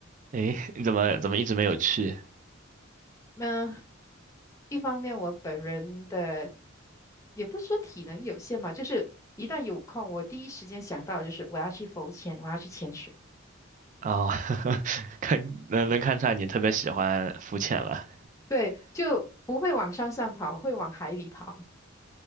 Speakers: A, on the right; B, on the left.
A: 诶，你怎么怎么一直没有去？
B: 那一方面，我本人的也不是说体能有限吧，就是一旦有空，我第一时间想到的就是我要去浮潜，我要去潜水。
A: 哦，<laughs> 看能能看出来你特别喜欢浮潜了。
B: 对，就不会往山上跑，会往海里跑。